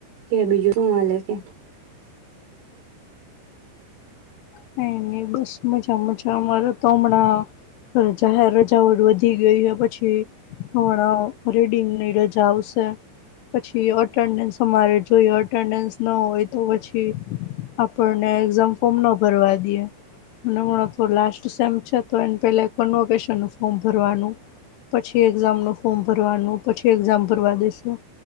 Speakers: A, on the right (about 80°); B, on the left (about 80°).
A: કે બીજું શું હાલે કે
B: કઈ ની બસ મજા મજા અમારે તો હમણાં રજા હૈ રાજાઓ વધી ગઈ પછી હમણા રીડિંગની રજા આવશે પછી અટેન્ડન્સ અમારે જોઈએ અટેન્ડન્સ ના હોય તો પછી આપણને એક્ઝામ ફોર્મ ન ભરવા દીય. ને હમણાં તો લાસ્ટ સેમ છે તો એના પેલા એક કન્વેકશન નુ ફોર્મ ભરવાનું પછી એક્ઝામનુ ફોર્મ ભરવાનુ. પછી એક્ઝામ ભરવા દેશે.